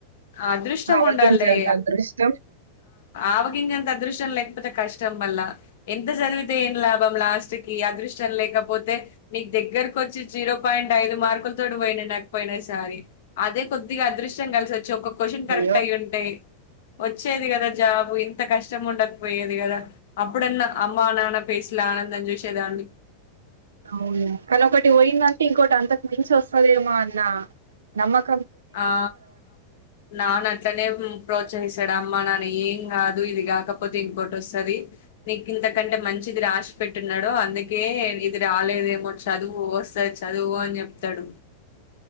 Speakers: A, on the left; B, on the right.
A: అదృష్టం
B: ఆవగించేంత
A: ఉండాలే
B: అదృష్టం
A: ఆవగింజంత అదృష్ చొళ్ళె లేకపోతే కష్టంమళ్ళ ఎంత చదివితే ఏం లాభం లాస్ట్ కి అదృష్టం లేకపోతే నీక్ దగ్గరకొచ్చి జీరో పాయింట్ ఐదు మార్కుల్తోటి పోయిన నాక్ పోయిన ఈసారి అదే కొద్దిగా అదృష్టం కలిసి వ. చెవ్ కొక్ క్వషన్
B: అయ్యో
A: కరెక్ట్ అయి ఉంటే వచ్చేది కదా జాబు ఇంత కష్టం ఉండద్ పోయేది కదా అప్పుడన్న అమ్మా నాన్న ఫెసలా ఆనందం చూసే దాన్ని.
B: అవునే కాని ఒకటి పొయింది అంటే ఇంకోటి అంతక్ మించి వస్తదేమో అన్నా నమ్మక్
A: ఆ నాన్న అట్లనే ఉమ్ ప్రోత్సహిస్తాడు అమ్మ నా. ఏం కాదు ఇది గాకపోతే ఇంకోటి వస్తాది నీకు ఇంతకంటే మంచిది రాసి పెట్టి ఉన్నాడు అందుకే ఇది రాలేదేమో చదువు వస్తాది చదువు అని జెప్తాడు.